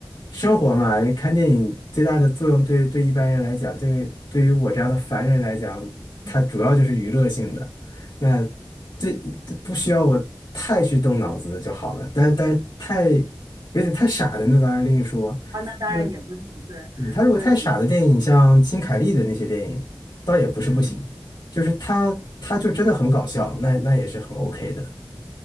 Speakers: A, on the left (about 75°); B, on the right (about 85°).
A: 生活嘛，看电影最大的作用对对一般人来讲，对对于我这样的凡人来讲，
B: <laughs>
A: 它主要就是娱乐性的，那这这不需要我太去动脑子就好了。但但太有点太傻的，那当然另说。
B: 啊，那当然也不行，
A: 那
B: 对，
A: 对他如果太傻的电影，
B: 对，
A: 像金凯利的那些电影，倒也不是不行，
B: 嗯，
A: 就是他他就真的很搞笑，那那也是很 OK 的。